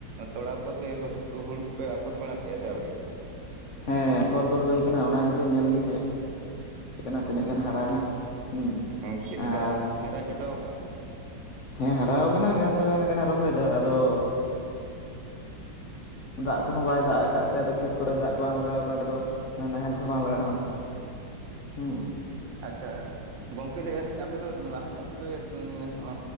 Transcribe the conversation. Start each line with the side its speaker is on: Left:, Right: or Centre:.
Right: ᱛᱚᱲᱟ ᱠᱚ ᱥᱮ ᱦᱩᱲᱩ ᱠᱚᱯᱮ ᱟᱯᱷᱚᱨ ᱵᱟᱲᱟ ᱠᱮᱫᱼᱟ ᱥᱮ ᱟᱹᱣᱨᱤ?
Left: ᱦᱮᱸ ᱟᱯᱷᱚᱨ ᱫᱚ ᱦᱩᱭ ᱟᱠᱟᱱᱟ ᱚᱱᱟ ᱠᱚᱜᱮ ᱧᱮᱞ ᱞᱤᱧ ᱦᱮᱡ ᱠᱟᱱᱟ ᱛᱤᱱᱟᱹᱜ ᱜᱟᱱ ᱦᱟᱨᱟᱭᱱᱟ, ᱦᱩᱸ
Right: ᱦᱩᱸ ᱪᱮᱫᱞᱮᱠᱟ
Left: ᱟᱨ
Right: ᱦᱟᱨᱟ ᱡᱚᱴᱟᱣ ᱟᱠᱟᱱᱟ ᱥᱮ ᱵᱟᱝ?
Left: ᱦᱮᱸ ᱦᱟᱨᱟᱣ ᱠᱟᱱᱟ ᱜᱟᱱ ᱫᱚ ᱜᱟᱱ ᱠᱟᱱᱟ ᱨᱚᱦᱚᱭ ᱫᱚ ᱟᱫᱚ ᱫᱟᱜ ᱠᱚᱦᱚᱸ ᱵᱟᱭ ᱫᱟᱜ ᱟᱠᱟᱫ ᱛᱮ ᱟᱫᱚ ᱠᱷᱮᱛ ᱠᱚᱨᱮ ᱫᱟᱜ ᱠᱚ ᱵᱟᱝ ᱞᱟᱜᱟᱣ ᱠᱟᱱ ᱫᱚ ᱱᱟᱦᱮᱞ ᱠᱚᱦᱚᱸ ᱵᱟᱝ ᱞᱟᱜᱟᱜ ᱠᱟᱱᱟ ᱦᱮᱸ
Right: ᱟᱪᱪᱷᱟ ᱜᱚᱝᱠᱮ ᱞᱟᱹᱭᱮᱜᱼᱟ ᱞᱤᱧ ᱟᱯᱮ ᱫᱚ ᱞᱟᱦᱟ ᱧᱚᱜ ᱜᱮᱯᱮ ᱩᱸ ᱟᱹ